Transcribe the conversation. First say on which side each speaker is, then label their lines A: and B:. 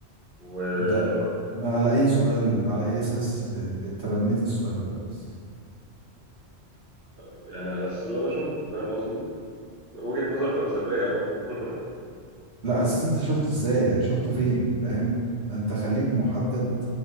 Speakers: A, on the right; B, on the right.
A: و آه،
B: ده ما على أي سؤال على أي أساس آه، تبنيت السؤال ده بس
A: يعني على اساس اللي انا شفته فاهم قصدي وجهة نظر فلسفية برضه <laughs>
B: لا أساس أنت شفته إزاي يعني شفته فين فاهم أنت خليك محدد